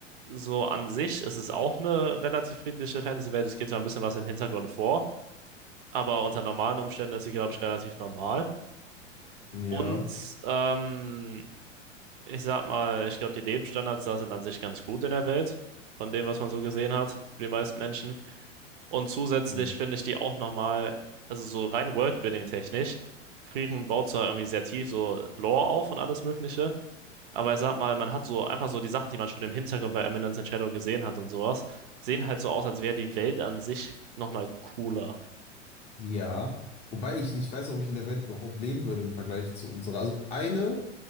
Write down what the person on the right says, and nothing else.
so an sich ist es auch eine relativ friedliche Fantasy-Welt. Es geht zwar ein bisschen was im Hintergrund vor, aber unter normalen Umständen ist sie, glaube ich, relativ normal.
Und ähm, ich sag mal, ich glaube, die Lebensstandards da sind an sich ganz gut in der Welt, von dem, was man so gesehen hat, für die meisten Menschen. Und zusätzlich
finde ich die auch nochmal, also so rein Worldbuilding-technisch, Frieren baut zwar irgendwie sehr tief so Lore auf und alles Mögliche. Aber ich sag mal, man hat so einfach so die Sachen, die man schon im Hintergrund bei Eminence in Shadow gesehen hat und sowas, sehen halt so aus, als wäre die Welt an sich nochmal cooler.